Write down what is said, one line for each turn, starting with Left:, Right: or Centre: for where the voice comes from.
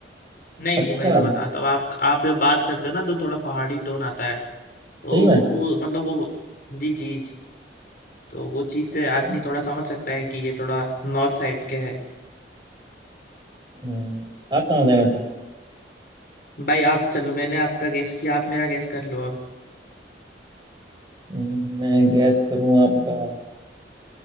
Left: नहीं
Right: अच्छा
Left: नहीं भाई मैं
Right: हम्म,
Left: बताता हूँ आप आप जब बात करते हो ना तो थोड़ा पहाड़ी टोन आता है तो
Right: सही में
Left: वो मतलब वो जी जी जी तो वो चीज़
Right: अच्छा
Left: से आदमी थोड़ा समझ सकता है कि ये थोड़ा नॉर्थ साइड के है
Right: हम्म, आप कहाँ से हैं वैसे
Left: भाई आप चलो मैंने आपका गैस किया आप मेरा गैस कर लो अब
Right: हम्म, मैं गैस करूँ आपका हम्म,